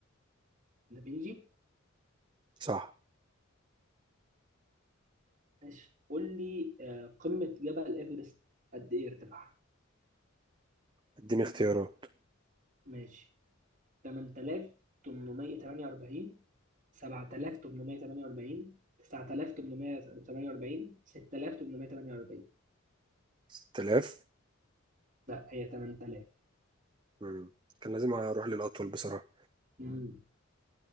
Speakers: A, on the right (about 40°); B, on the right (about 20°).
A: دافينشي
B: صح
A: ماشي قول لي آه، قمة جبل إيفرست قد إيه ارتفاعها
B: اديني اختيارات
A: ماشي 8848 7848 9848 6848
B: 6000
A: لا هي 8000
B: مم. كان لازم أروح للأطول بصراحة
A: امم